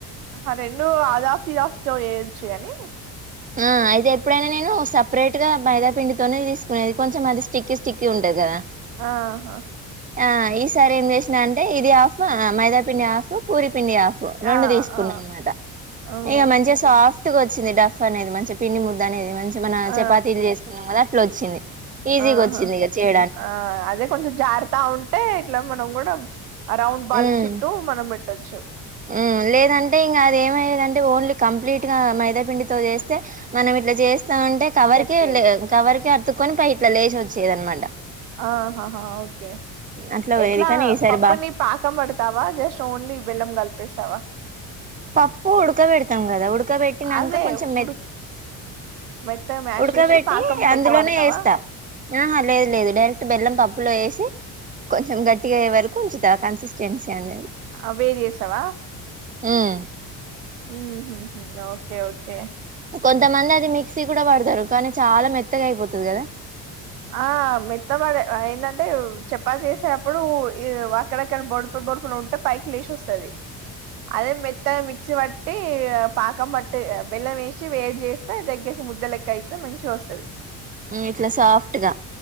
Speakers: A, on the right (about 80°); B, on the right (about 20°).
A: ఆ రెండు అదాఫ్ ఇదాఫ్ వేయొచ్చు కాని
B: ఆ అయితే ఎప్పుడైనా నేను సపరేట్ గా మైదా పిండితోనే తీసుకునేది కొంచెం అది స్టిక్కీ స్టిక్కీ ఉంటది కదా
A: ఆహా
B: ఆ ఈ సారి ఏం చేసినా అంటే ఇది హాఫ్ మైదా పిండి హాఫ్ పూరి పిండి హాఫ్ రెండు
A: ఆ
B: తీసుకున్నా
A: ఆ
B: అనమాట
A: మ్మ్
B: ఇక మంచిగా సాఫ్ట్ గా వచ్చింది డఫ్ అనేది మంచి పిండి ముద్ద అనేది మంచి మన
A: ఆ
B: చపాతీలు చేస్తున్నాం కదా అట్లా వచ్చింది ఈజీగా
A: ఆహా
B: వచ్చింది ఇక చేయడం
A: ఆ అదే కొంచెం జారతా ఉంటే ఇట్లా మనం కూడా ఆ రౌండ్ బాలికి
B: ఉమ్
A: చుట్టూ మనం పెట్ ట్టచ్చు
B: ఉమ్ లేదంటే ఇంకా అది ఏమయ్యదంటే ఓన్లీ కంప్లీట్ గా మైదాపిండితో చేస్తే మనం ఇట్లా చేస్తే స్త అంటే కవర్
A: గట్టిగా
B: కే కవర్ కే అతుక్కొని పై ఇట్లా లేచి వచ్చేది అనమాట
A: ఆహాహా ఓకే
B: అట్లా
A: ఎట్లా
B: పోయేది కానీ ఈసారి
A: పప్పుని
B: బా
A: పాకం పడతావా జస్ట్ ఓన్లీ బెల్లం కలిపేసావా
B: పప్పు ఉడకబెడతాం కదా ఉడకబెట్టినాక
A: అదే
B: కొంచెం మె
A: ఉడు మెత్తగా మ్యాష్
B: ఉడకబెట్టి
A: చేసి పాకం లెక్క
B: అందులోనే
A: పడతావా
B: వేస్తాం అహా లేదు లేదు డైరెక్ట్ బెల్లం పప్పులో వేసి కొంచెం గట్టిగయ్యే వరకు ఉంచుతా కన్సిస్టెన్సీ అనేది
A: ఆ వేడి చేస్తావా
B: ఉమ్
A: ఉమ్ ఉహుహు ఓకే ఓకే
B: కొంతమంది అది మిక్సీ కూడా పడతారు కానీ చాలా మెత్తగా అయిపోతది కదా
A: ఆ మెత్తబడ ఏందాంటే చపాతీ చేసే అప్పుడు ఈ అక్కడక్కడ బొడి పుట్ పడుకుని ఉంటే పైకి లేచి వస్తది అదే మెత్తగ మిక్సీ పట్టి పాకం పట్టి బెల్లం వేసి వేడి చేస్తే తగ్గ ముద్ద లెక్క అయితే మంచిగ వస్తుది
B: ఉమ్ ఇట్లా సాఫ్ట్ గా